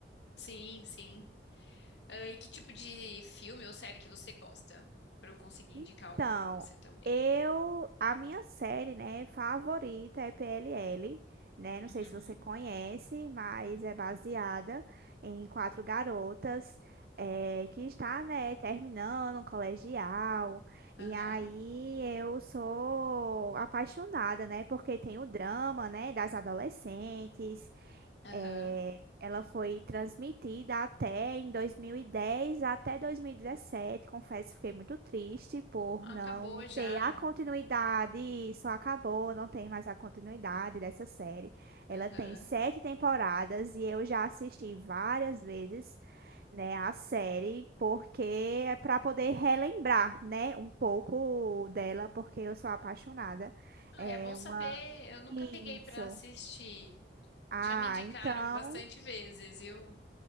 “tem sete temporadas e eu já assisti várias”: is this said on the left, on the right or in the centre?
Right